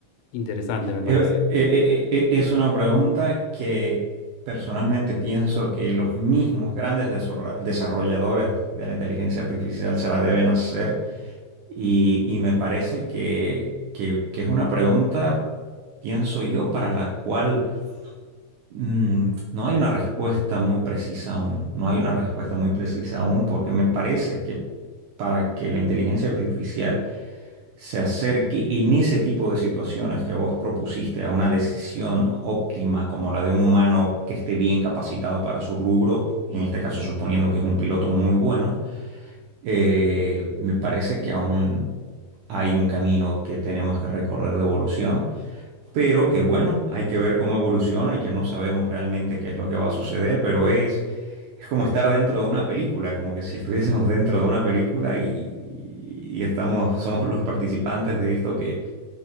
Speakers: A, on the left; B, on the right.
A: interesante, me parece.
B: Eh, eh, eh, eh, eh, es una pregunta que personalmente pienso que los mismos grandes desarro- desarrolladores de la inteligencia artificial se la deben hacer Y, y me parece que, que- que es una pregunta, pienso yo, para la cual mm, no hay una respuesta muy precisa aún. No hay una respuesta muy precisa aún porque me parece que para que la inteligencia artificial se acerque y en ese tipo de situaciones que vos propusiste a una decisión óptima como la de un humano que esté bien capacitado para su rubro, en este caso suponiendo que es un piloto muy bueno, eh, me parece que aún hay un camino que tenemos que recorrer de evolución, pero que bueno, hay que ver cómo evoluciona y que no sabemos realmente qué es lo que va a suceder, pero es, es como estar dentro de una película, como que si <laughs> estuviésemos dentro de una película y, y estamos, somos los participantes de esto que,